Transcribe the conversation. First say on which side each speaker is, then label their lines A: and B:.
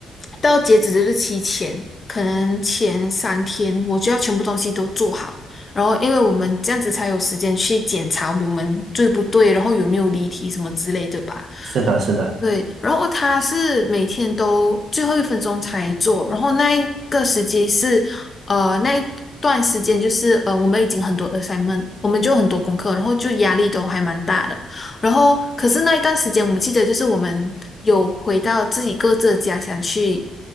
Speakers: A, on the left (about 35°); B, on the right (about 65°).
A: 到截止日期前，可能前三天我就要全部东西都做好，然后因为我们这样子才有时间去检查我们对不对，然后有没有离题什么之类的吧。
B: 是的，是的。
A: 对，然后哦他是每天都最后一分钟才做，然后那一个时间是，呃，那一段时间就是呃，我们已经很多 assignment，我们就很多功课，然后就压力都还蛮大的。然后可是那一段时间，我记得就是我们有回到自己各自的家乡去，